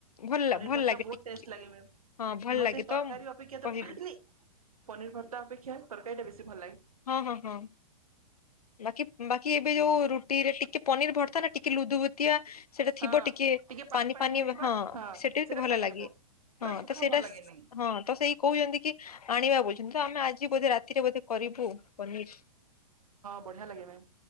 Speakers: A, on the left; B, on the right.
A: ଭଲ
B: ପନିର
A: ଭଲ
B: ଭର୍ତ୍ତା
A: ଲାଗେ
B: ବହୁତ
A: ଟିକେ
B: ଟେଷ୍ଟ ଲାଗେ ମ
A: ହଁ ଭଲ
B: ମତେ
A: ଲାଗେ
B: ତରକାରୀ
A: ତ
B: ଅପେକ୍ଷା
A: କହିବି
B: ତ ପନିର ଭର୍ତ୍ତା ଅପେକ୍ଷା ତରକାରୀଟା ବେଶୀ ଭଲ ଲାଗେ
A: ହୁଁ ହୁଁ ହୁଁ ବାକି ବାକି ଏବେ ଯୋଉ ରୁଟିରେ ଟିକେ ପନିର ଭରତ୍ତା ନା ଟିକେ ଲୁଦୁ ବୁତିଆ ସେଇଟା ଥିବ
B: ହଁ
A: ଟିକେ
B: ପାଣି
A: ପାନି
B: ପାଣିଆ
A: ଫାନି
B: ହେଇଥିବା
A: ହଁ ସେଟା
B: ସେଇଟା
A: ବି ଭଲ
B: ଖାଇହବ।
A: ଲାଗେ
B: ପୁରା
A: ହଁ
B: ସୁଖା
A: ତ ସେଇଟା
B: ଭଲ ଲାଗେନି
A: ହଁ ତ ସେଇ କହୁଛନ୍ତି କି ଆଣିବା ବୁଛନ୍ତି ତ ଆମେ ଆଜି ବୋଧେ ରାତିରେ ବୋଧେ କରିବୁ ପନିର
B: ବଢ଼ିଆ ଲାଗେ ମ୍ୟାମ